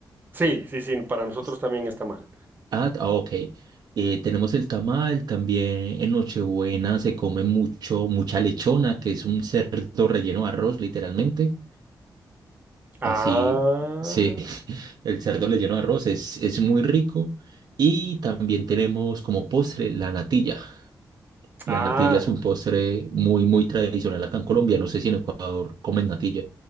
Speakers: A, on the right; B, on the right.
A: sí, sí, sí, para nosotros
B: Es-
A: también está mal.
B: Ah, ah, ok. Eh, tenemos el tamal, también en Nochebuena se come mucho, mucha lechona, que es un cerdo relleno de arroz, literalmente.
A: Ah,
B: Así, sí, <laughs> el cerdo relleno de arroz es, es muy rico. Y también tenemos como postre la natilla. La
A: ah,
B: natilla es un postre muy, muy tradicional acá en Colombia. No sé si en Ecuador comen natilla.